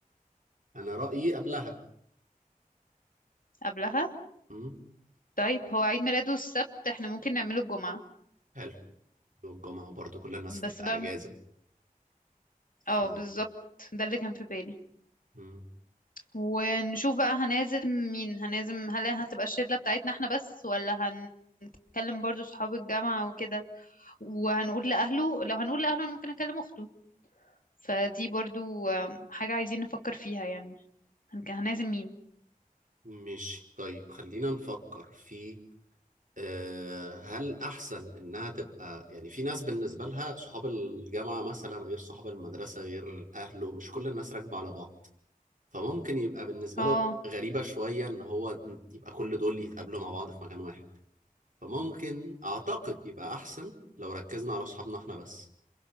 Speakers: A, on the right (about 60°); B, on the left (about 65°).
A: انا رايي قبلها
B: قبلها
A: امم
B: طيب هو عيد ميلاده السبت احنا ممكن نعمله الجمعة
A: حلو والجمعه وبرضه كل الناس
B: بس
A: تبقى
B: بقى
A: اجازه
B: م-
A: ف
B: اه بالظبط ده اللي كان في بالي
A: مم.
B: ونشوف بقى هنعزم مين هنعزم هل هتبقى الشلة بتاعتنا احنا بس ولا اكلم برضو صحاب الجامعة وكده وهنقول لأهله لو هنقول لأهله انا ممكن اكلم اخته فدي برضو آم، حاجة عايزين نفكر فيها يعني هنك- هنعزم مين
A: ماشي طيب خلينا نفكر في آه، هل احسن انها تبقى يعني في ناس بالنسبه لها صحاب الجامعه مثلا غير صحاب المدرسه غير اهله مش كل الناس راكبه على بعض فممكن يبقى بالنسبه
B: اه
A: له غريبه شويه ان هو يبقى كل دول يتقابلوا مع بعض في مكان واحد فممكن اعتقد يبقى احسن لو ركزنا على اصحابنا احنا بس